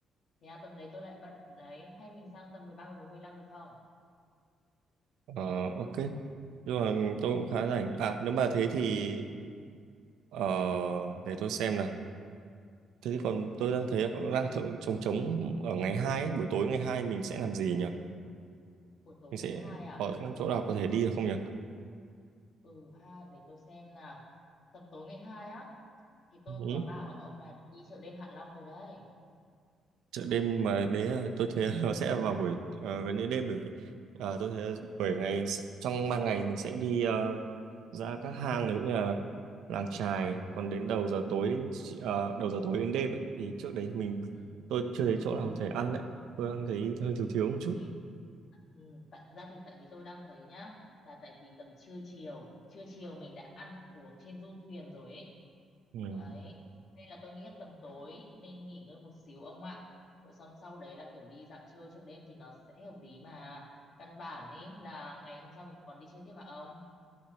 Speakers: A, on the left; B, on the right.
A: thế à, tuần đấy tôi lại bận đấy. Hay mình sang tầm mười ba, mười bốn mười lăm được không?
B: Ờ, ok. nhưng mà tôi cũng khá
A: Ừ.
B: rảnh à nếu mà thế thì ờ, để tôi xem nào thế thì
A: ừ.
B: còn tôi đang thấy có- đang thử trống trống ở ngày hai ấy. buổi tối ngày hai mình sẽ làm gì nhỉ
A: Buổi tối
B: mình sẽ
A: ngày 2 à?
B: có chỗ nào có thể đi được không nhỉ
A: Ừ ha, để tôi xem nào. Tầm tối ngày 2 á, thì tôi
B: ừ.
A: có bảo ông là đi chợ đêm Hạ Long rồi đấy.
B: chợ đêm mà nếu là- tôi thấy <laughs> nó sẽ vào buổi ờ, gần như đêm bởi vì ờ, tôi thấy bởi ngày trong ban ngày mình sẽ đi ờ, ra các hang nếu như là làng chài còn đến đầu giờ tối đến ờ, đầu giờ tối đến đêm ấy, thì trước đấy thì mình
A: Ừ.
B: tôi chưa thấy chỗ nào có thể ăn ấy. tôi ăn thấy hơi thiếu thiếu một chút
A: Thì ừ, tại thật ra thì tại vì tôi đang thấy nhá là tại vì tầm trưa chiều trưa chiều mình đã ăn uống trên du thuyền rồi ấy
B: ừ.
A: đấy nên là tôi nghĩ là tầm tối nên nghỉ ngơi một xíu ông ạ rồi xong sau đấy là kiểu đi dạo chơi chợ đêm thì nó sẽ hợp lý mà căn bản ý là ngày hôm sau mình còn đi chơi tiếp mà ông